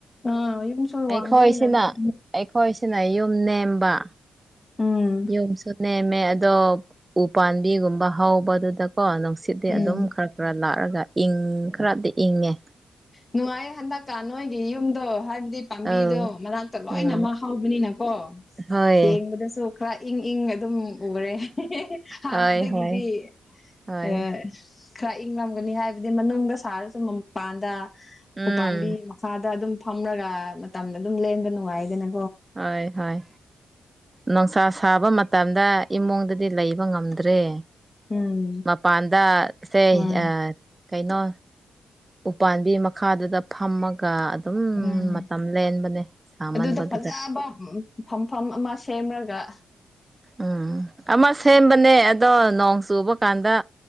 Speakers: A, on the left; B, on the right.
A: ꯑꯥ ꯌꯨꯝ ꯁꯨ
B: ꯑꯩꯈꯣꯏꯁꯤꯅ
A: ꯋꯥꯡꯕꯅꯤꯅ ꯑꯗꯨ <unintelligible>
B: ꯑꯩꯈꯣꯏꯁꯤꯅ ꯌꯨꯝ ꯅꯦꯝꯕ
A: ꯎꯝ
B: ꯌꯨꯝꯁꯨ ꯅꯦꯝꯃꯦ ꯑꯗꯣ ꯎ ꯄꯥꯝꯕꯤꯒꯨꯝꯕ ꯍꯧꯕꯗꯨꯗꯀꯣ ꯅꯨꯡꯁꯤꯠꯗꯤ
A: ꯎꯝ
B: ꯑꯗꯨꯝ ꯈꯔ ꯈꯔ ꯂꯥꯛꯑꯒ ꯏꯪ ꯈꯔꯗꯤ ꯏꯪꯉꯦ
A: ꯅꯨꯡꯉꯥꯏꯌꯦ ꯍꯟꯗꯛꯀꯥ ꯅꯣꯏꯒꯤ ꯌꯨꯝꯗꯣ ꯍꯥꯏꯕ ꯑꯗꯨ ꯄꯥꯝꯕꯤꯗꯣ
B: ꯑꯧ
A: ꯃꯅꯥꯛꯇ ꯂꯣꯏꯅ
B: ꯎꯝ
A: ꯃꯛ ꯍꯧꯕꯅꯤꯅꯀꯣ
B: ꯍꯣꯏ
A: ꯌꯦꯡꯕꯗꯁꯨ ꯈꯔ ꯏꯪ ꯏꯪ ꯑꯗꯨꯝ ꯎꯔꯦ <unintelligible> ꯍꯥꯟꯅꯗꯒꯤꯗꯤ
B: ꯍꯣꯏ ꯍꯣꯏ ꯍꯣꯏ
A: ꯑ ꯈꯔ ꯏꯪꯉꯝꯒꯅꯤ ꯍꯥꯏꯕꯗꯤ ꯃꯅꯨꯡꯗ ꯁꯥꯔꯁꯨ ꯃꯄꯥꯟꯗ
B: ꯎꯝ
A: ꯎꯄꯥꯥꯟꯕꯤ ꯃꯈꯥꯗ ꯑꯗꯨꯝ ꯐꯝꯔꯒ ꯃꯇꯝꯗ ꯑꯗꯨꯝ ꯂꯦꯟꯕ ꯅꯨꯡꯉꯥꯏꯗꯅ
B: ꯍꯣꯏ ꯍꯣꯏ ꯅꯨꯡꯁꯥ ꯁꯥꯕ ꯃꯇꯝꯗ ꯏꯃꯨꯡꯗꯗꯤ ꯂꯩꯕ ꯉꯝꯗ꯭ꯔꯦ
A: ꯎꯝ
B: ꯃꯄꯥꯟꯗ ꯁꯦ
A: ꯍꯣꯏ
B: ꯑ ꯀꯩꯅꯣ ꯎꯄꯥꯝꯕꯤ ꯃꯈꯥꯗꯨꯗ ꯐꯝꯃꯒ ꯑꯗꯨꯝ
A: ꯎꯝ
B: ꯃꯇꯝ ꯂꯦꯟꯕꯅꯦ ꯁꯥꯃꯟꯕꯗꯨꯗ
A: ꯑꯗꯨꯗ ꯐꯖꯕ ꯐꯝꯐꯝ ꯑꯃ ꯁꯦꯝꯔꯒ
B: ꯎꯝ ꯑꯃ ꯁꯦꯝꯕꯅꯦ ꯑꯗꯣ ꯅꯣꯡ ꯆꯨꯕ ꯀꯥꯟꯗ